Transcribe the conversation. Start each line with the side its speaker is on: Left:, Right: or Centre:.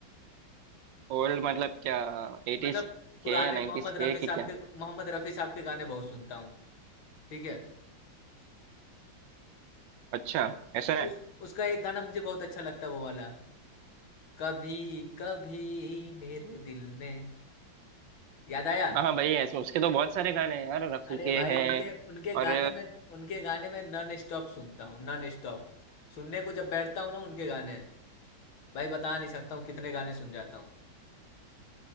Right: ओल्ड मतलब क्या एटीज
Left: मतलब पुराने
Right: के या
Left: मोहम्मद
Right: नाइन्टीज के
Left: रफी
Right: कि
Left: साहब
Right: क्या
Left: के मोहम्मद रफी साहब के गाने बहुत सुनता हूँ ठीक है
Right: अच्छा ऐसा
Left: उस,
Right: है
Left: उसका एक गाना मुझे बहुत अच्छा लगता है वो वाला कभी कभी मेरे दिल में याद आया
Right: हाँ हाँ भाई ऐसे उसके तो बहुत सारे गाने हैं यार रफी
Left: अरे
Right: के
Left: भाई
Right: हैं
Left: उनके उनके गाने
Right: और
Left: में उनके गाने में नॉन स्टॉप सुनता हूँ नॉन स्टॉप सुनने को जब बैठता हूँ ना उनके गाने भाई बता नहीं सकता हूँ कितने गाने सुन जाता हूँ